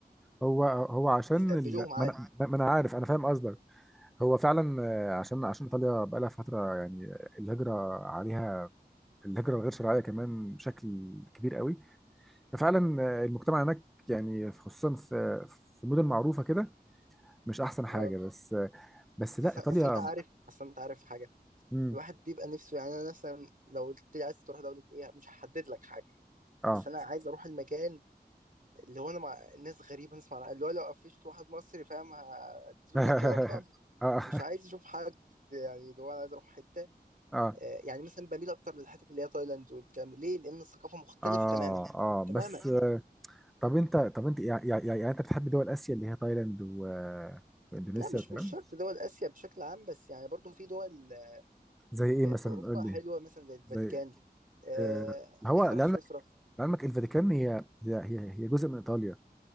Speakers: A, in the centre; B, on the right (about 55°).
A: هو هو عشان
B: بيستقبلوهم
A: ال...
B: عادي
A: ما غصب انا عنه ما انا عارف انا فاهم قصدك هو فعلا آه، عشان عشان ايطاليا بقالها فتره يعني الهجره عليها الهجره الغير شرعيه كمان بشكل كبير قوي ففعلا آه، المجتمع هناك يعني خصوصا في في مدن معروفه كده مش احسن حاجه
B: اه
A: بس آه، بس لا
B: اصل
A: بس ايطاليا
B: اصل انت عارف
A: <laughs> بس لا
B: اصل انت عارف حاجة
A: امم
B: الواحد بيبقى نفسه يعني انا مثلا لو قلت لي عايز تروح دولة ايه مش هحدد لك حاجة يعني
A: اه
B: بس انا عايز اروح المكان اللي هو انا مع ناس غريبة نسمع رأي- اللي هو لو قفشت واحد مصري فاهم هديله
A: <laughs>
B: بالنار فاهم
A: اه اه
B: مش عايز اشوف حد يعني اللي هو انا عايز اروح حتة
A: اه
B: آه، يعني مثلا بميل اكتر للحتت اللي هي تايلاند والكلام ده ليه لان الثقافه مختلفه
A: اه
B: تماما
A: اه بس
B: تماما
A: بس آه، طب انت طب انت يعني, يعني يعني انت بتحب دول اسيا اللي هي تايلاند و... واندونيسيا
B: لا مش
A: والكلام
B: مش شرط دول اسيا بشكل عام بس يعني برضو في دول آه،
A: زي ايه
B: في
A: مثلا
B: في اوروبا
A: قول
B: حلوه
A: لي
B: مثلا زي الفاتيكان
A: زي
B: آه
A: آه، هو
B: نفسي
A: لعلمك
B: اروح سويسرا
A: لعلمك الفاتيكان هي هي هي هي جزء من ايطاليا